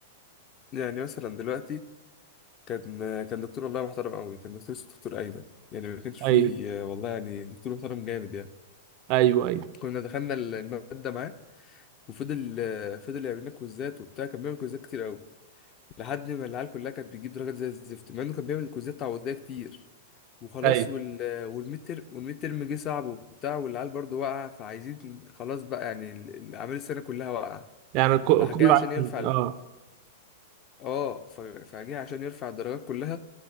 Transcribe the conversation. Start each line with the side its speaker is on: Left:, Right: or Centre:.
Left: يعني مثلا دلوقتي كان كان دكتور والله محترم قوي كان دكتور اسمه دكتور ايمن يعني ما كانش فيه
Right: ايوه
Left: والله يعني دكتور محترم جامد يعني
Right: ايوه ايوه
Left: كنا دخلنا الماده معاه وفضل فضل يعمل لنا كويزات وبتاع كان بيعمل كويزات كتير قوي لحد ما العيال كلها كانت بتجيب درجات زي الزفت مع انه كان بيعمل كويزات تعويضيه كتير وخلاص
Right: ايوه
Left: وال والميد ترم والميد ترم جه صعب وبتاع والعيال برضه واقعه فعايزين خلاص بقى يعني ال- اعمال السنه كلها واقعه
Right: يعني ك-
Left: راح
Right: كله
Left: جاي عشان يرفع
Right: عايز اه
Left: اه ف- فجه عشان يرفع الدرجات كلها